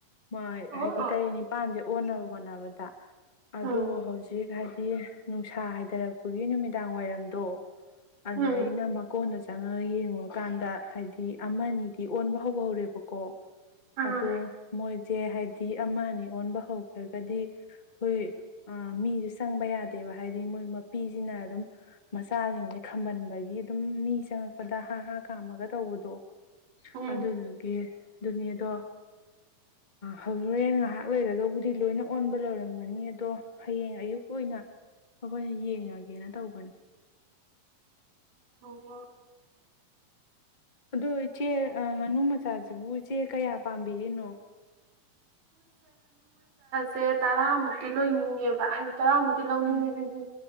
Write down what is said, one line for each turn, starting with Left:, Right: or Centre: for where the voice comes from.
Left: ꯃꯣꯏ
Right: ꯑꯣ
Left: ꯍꯥꯏꯗꯤ
Right: ꯑꯣ
Left: ꯇꯔꯦꯠ ꯅꯤꯄꯥꯟꯁꯦ ꯑꯣꯟꯅꯕ ꯍꯣꯠꯅꯕꯗ ꯑꯗꯣ
Right: ꯎꯝ
Left: ꯍꯧꯖꯤꯛ ꯍꯥꯏ ꯁꯤ ꯅꯨꯡꯁꯥ ꯍꯥꯏꯊꯔꯛꯄ ꯒꯤ ꯅꯨꯃꯤꯗꯥꯡ ꯋꯥꯏꯔꯝꯗꯣ ꯑꯗ
Right: ꯎꯝ
Left: ꯑꯩꯅ ꯃꯀꯣꯟꯅ ꯈꯤ ꯆꯪꯉꯒ ꯌꯦꯡꯉꯨꯔꯀꯥꯟꯗ ꯍꯥꯏꯗꯤ ꯑꯃꯗꯤ ꯑꯣꯟꯕ ꯍꯧ ꯍꯧꯔꯦꯕꯀꯣ
Right: ꯑꯥ
Left: ꯑꯗꯨꯗꯣ ꯃꯣꯏ ꯁꯦ ꯍꯥꯏꯗꯤ ꯑꯃ ꯑꯅꯤ ꯑꯣꯟꯕ ꯍꯧꯈ꯭ꯔꯒꯗꯤ ꯑꯩꯈꯣꯏ ꯃꯤꯁꯦ ꯆꯪꯕ ꯌꯥꯗꯦꯕ ꯍꯥꯏꯗꯤ ꯃꯣꯏ ꯅꯨꯄꯤꯁꯤꯅ ꯑꯗꯨꯝ ꯃꯆꯥꯁꯤꯡꯁꯦ ꯈꯝꯝꯕꯟꯕꯒꯤ ꯑꯗꯨꯝ ꯃꯤ ꯆꯪꯉꯛꯄꯗ ꯍꯥ ꯍꯥ ꯀꯥꯝꯃꯒ ꯇꯧꯕꯗꯣ
Right: ꯎꯝ
Left: ꯑꯗꯨꯗꯨꯒꯤ ꯑꯗꯨꯅꯦ ꯑꯗꯣ ꯍꯧꯔꯦꯟ ꯉꯥꯏꯍꯥꯛ ꯂꯩꯔꯒꯕꯨꯗꯤ ꯂꯣꯏꯅ ꯑꯣꯟꯕ ꯂꯣꯏꯔꯝꯃꯅꯤ ꯑꯗꯣ ꯍꯌꯦꯡ ꯑꯌꯨꯛ ꯑꯣꯏꯅ ꯑꯩꯈꯣꯏꯅ ꯌꯦꯡꯉꯒꯦ ꯌꯦꯡꯉꯥꯒꯦꯅ ꯇꯧꯕꯅꯤ
Right: ꯑꯣ
Left: ꯑꯗꯨ ꯏꯆꯦ ꯉꯥꯅꯨ ꯏꯆꯥꯁꯤꯕꯨ ꯏꯆꯦ ꯀꯌꯥ ꯄꯥꯝꯕꯤꯔꯤꯅꯣ
Right: ꯁꯦ ꯇꯔꯥꯃꯨꯛꯇꯤ ꯂꯣꯏ ꯅꯤꯡꯉꯦꯕ ꯍꯥꯏ ꯇꯔꯃꯗꯤ ꯂꯥꯎꯅꯤꯡꯉꯦ
Left: ꯎꯝ